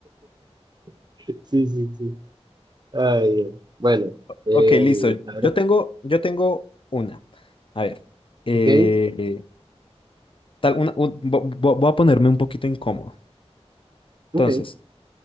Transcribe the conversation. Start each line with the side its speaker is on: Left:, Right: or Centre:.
Right: <laughs> Sí, sí, sí. Ay, Dios. bueno, eh,
Left: Ok, listo.
Right: a ver,
Left: Yo tengo, yo tengo una. A ver, eh,
Right: ok,
Left: tal, una, un- vo- vo- voy a ponerme un poquito incómodo. Entonces.
Right: ok,